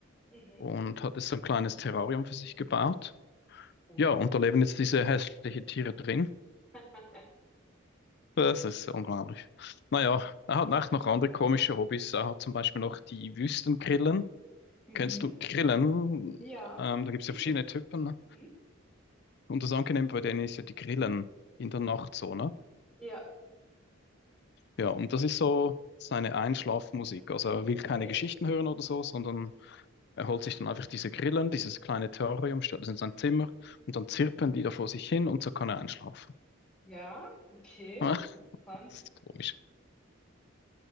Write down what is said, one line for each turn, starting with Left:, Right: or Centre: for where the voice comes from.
Centre: Mhm.
Left: und hat jetzt so ein kleines Terrarium für sich gebaut.
Centre: Cool.
Left: Ja, und da leben jetzt diese hässlichen Tiere drin.
Centre: <laughs>
Left: Das ist unglaublich. Naja, er hat auch noch andere komische Hobbys. Er hat zum Beispiel noch die Wüstengrillen.
Centre: Mhm.
Left: Kennst du Grillen?
Centre: Ja,
Left: Ähm, da gibt es
Centre: die
Left: ja verschiedene
Centre: kenne ich.
Left: Typen. Ne?
Centre: Mhm.
Left: Und das Angenehme bei denen ist ja die Grillen in der Nacht so, ne?
Centre: Ja.
Left: Ja, und das ist so seine Einschlafmusik. Also er will keine
Centre: Ey.
Left: Geschichten hören oder so, sondern er holt sich dann einfach diese Grillen, dieses kleine Terrarium, stellt das in sein Zimmer und dann zirpen die da vor sich hin und so kann er einschlafen.
Centre: Ja, okay.
Left: <laughs>
Centre: Spannend.
Left: Das ist komisch.